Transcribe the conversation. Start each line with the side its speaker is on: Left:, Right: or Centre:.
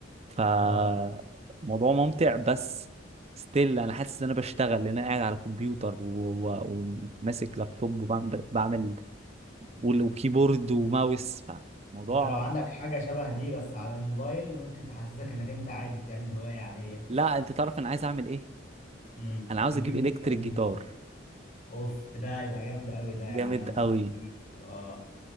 Right: فموضوع
Left: اه
Right: ممتع بس ستيل انا حاسس ان انا بشتغل لان انا قاعد على كمبيوتر و- و- وماسك لابتوب وبعمل بعمل- وال- وكيبورد وماوس فموضوع
Left: انت لو عندك حاجة شبه دي بس على الموبايل ممكن تحسسك انك انت عادي بتعمل هواية عادية
Right: لا انت تعرف انا عايز اعمل ايه
Left: امم
Right: انا عاوز
Left: تجيب
Right: اجيب الكتريك
Left: مثلا
Right: جيتار
Left: اوف ده يبقى جامد قوي ده يعني
Right: جامد
Left: انصحك
Right: قوي
Left: تجيبه اه